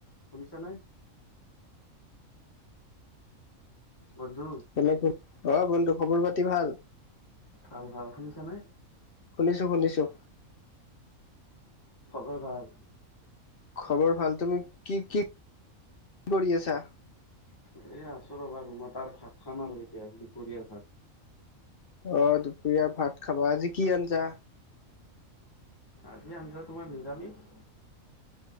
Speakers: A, on the left; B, on the left.
A: <inaudible> শুনিছানে? বন্ধু।
B: <unintelligible> অ'! বন্ধু খবৰ-পাতি ভাল?
A: ভাল, ভাল। শুনিছানে?
B: শুনিছোঁ-শুনিছোঁ।
A: খবৰ ভাল?
B: খবৰ ভাল। তুমি, কি কি কৰি আছা?
A: এ, আছোঁ ৰ'বা। তোমাৰ তাৰ ভাত খাম আৰু এতিয়া, দুপৰীয়াৰ ভাত।
B: অ'! দুপৰীয়া ভাত খাবা। আজি কি আঞ্জা?
A: আজি আঞ্জা তোমাৰ নিৰামিষ।